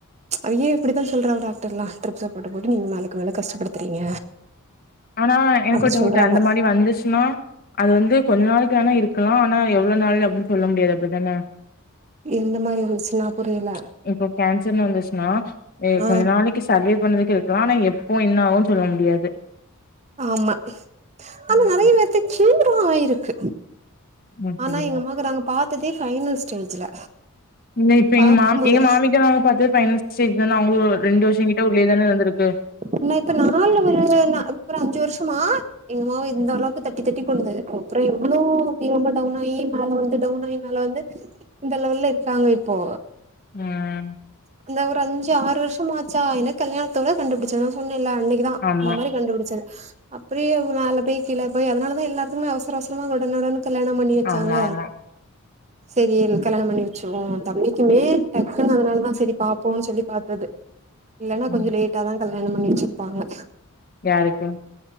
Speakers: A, on the right; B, on the left.
A: அங்கயு இப்டித்தா சொல்றா டாக்டர்லா ட்ரிப்ஸ் அ போட்டு போட்டு நீங்க நாலுக்கு நாள் கஷ்டப்படுத்துறீங்க
B: ஆனா எனக்கு
A: அப்டி
B: ஒரு டவுட்
A: சொல்றாவ
B: அந்த மாதிரி வந்துச்சுன்னா அது வந்து கொஞ்ச நாளுக்கு ஆானா இருக்கலா ஆனா எவ்ளோ நாள் அப்டின்னு சொல்ல முடியாது அப்டிதானே
A: எந்த மாரி வந்துச்சுன்னா புரியல
B: ச் இப்போ கேன்சர்னு வந்துச்சுன்னா
A: ஆ
B: கொஞ்ச நாளைக்கு சர்வே பண்ணறதுக்கு இருக்கலா ஆனா எப்போ என்ன ஆகும்ன்னு சொல்ல முடியாது
A: ஆமா ஆன
B: ம்
A: நெறைய பேத்துக்கு கியூரா ஆயிருக்கு
B: ம்.
A: ஆனா
B: சரியா
A: எங்கமாக்கு நாங்க பா்த்ததே பஃபைனல் ஸ்டேஜ்ல
B: இல்ல இப்ப எங்க
A: பாக்கும்போதே
B: மா எங்க மாமிக்க நாங்க பாத்து பைனல் ஸ்டேஜ் தான அவங்களு ஒரு ரெண்டு வருஷோ கிட்ட உள்ளேதானே இருந்திருக்கு
A: என்ன இப்ப நாள் ஒரு நாலு ஒரு அஞ்சு வருஷமா எங்க அம்மா வ இந்த அளவுக்கு தட்டி தட்டி கொண்டு வந்திருக்கோ அப்றோ எவ்ளோ டவுனாயி மேல வந்து டவுனாயி மேல வந்து இந்த லெவல்ல இருக்காங்க இப்போ
B: ம்
A: அந்த ஒரு அஞ்சு ஆறு வருஷம் ஆச்சா எனக்கு கல்யாணத்தோட கண்டுபிடிச்சது நா சொன்னேல அன்னைக் தா
B: ஆமா
A: இந்த மாரி கண்டுபிடிச்சது அப்டியே மேல போய் கீழே போய் அதனால தா எல்லாருத்துக்குமே அவசர அவசரமா உடனு உடனே கல்யாணம் பண்ணி வச்சாங்க
B: ஆமா ஆமா
A: செரி கல்யாணம் பண்ணி வச்சுறுவோ தம்பிக்குமே டக்குன்னு அதனாலதா செரி பாப்போன்னு சொல்லி பார்த்தது இல்லன்னா
B: ம்
A: கொஞ்சோ லேட்டா தா கல்யானோ பண்ணி வச்சிருப்பாங்க
B: யாருக்கு